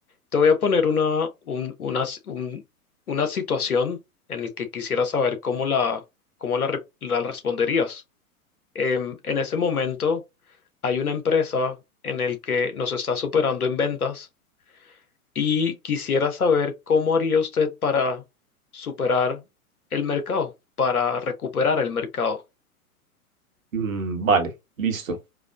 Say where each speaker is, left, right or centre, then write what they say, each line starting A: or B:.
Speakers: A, on the left; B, on the right.
A: Te voy a poner una, un- una, s- un- una situación en la que quisiera saber cómo la, cómo la, re- la responderías. Em, en ese momento hay una empresa en el que nos está superando en ventas y quisiera saber cómo haría usted para superar el mercado, para recuperar el mercado.
B: Mm, vale, listo.